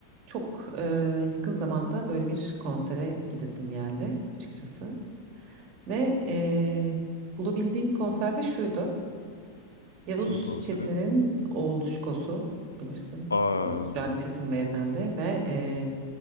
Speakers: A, on the right (about 40°); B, on the left (about 80°).
A: Çok e, yakın zamanda böyle bir konsere gidesim geldi açıkçası. Ve e, bulabildiğim konserde şuydu. Yavuz
B: Kimin konseri?
A: Çetin'in oğlu Şkosu bilirsin.
B: Aa,
A: Yavuz Can Çetin beyefendi ve e,